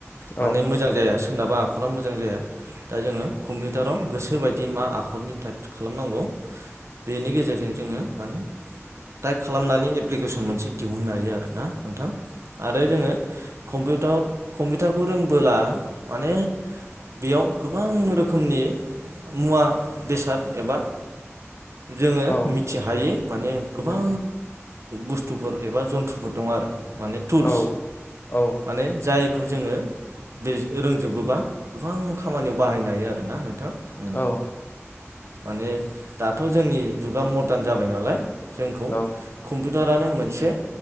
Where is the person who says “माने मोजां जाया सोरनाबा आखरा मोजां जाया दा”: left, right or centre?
Right